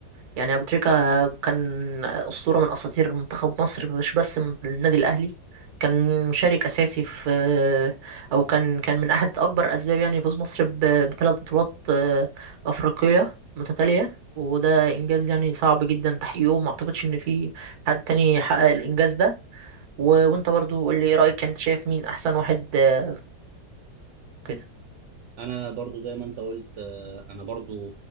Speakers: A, on the right (about 60°); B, on the right (about 75°).
A: يعني ابو تريكة آه، كان اسطوره من اساطير منتخب مصر مش بس من النادي الاهلي كان مشارك اساسي في آه، او كان كان من احد اكبر اسباب يعني فوز مصر بثلاث بطولات آه، افريقيه متتاليه وده انجاز يعني صعب جدا تحقيقه وما اعتقدش ان في حد تاني حقق الانجاز ده و... وانت برضو قول لي ايه رايك انت شايف مين احسن واحد آه، كده
B: انا برضو زي ما انت قلت آه، انا برضو